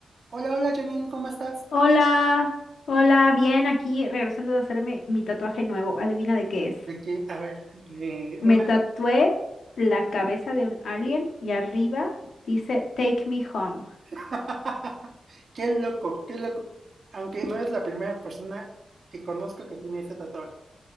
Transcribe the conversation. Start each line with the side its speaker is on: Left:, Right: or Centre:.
Right: Hola, hola Janine, ¿cómo estás?
Left: Hola, hola, bien, aquí regresando de hacerme mi tatuaje nuevo. Adivina de qué es.
Right: De que, a ver, eh,
Left: Me
Right: una...
Left: tatué la cabeza de un alien y arriba dice Take me home.
Right: <laughs> qué loco, qué loco. Aunque no es la primera persona que conozco que tiene ese tatuaje.